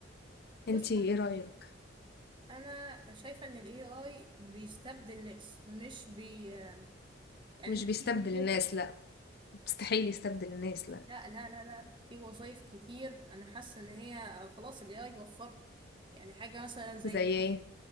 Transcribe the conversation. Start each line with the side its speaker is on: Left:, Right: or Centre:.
Left: انتي
Right: بص
Left: ايه رأيك
Right: انا شايفه ان الاي اي بيستبدل ناس مش بي يعني
Left: مش
Right: مش
Left: بيستبدل
Right: بينفذ
Left: الناس لا مستحيل يستبدل الناس لا
Right: لا لا لا لا لا في وظايف كتير انا حاسه ان هي خلاص الاي اي وفرها يعني حاجه مثلا زي
Left: زي ايه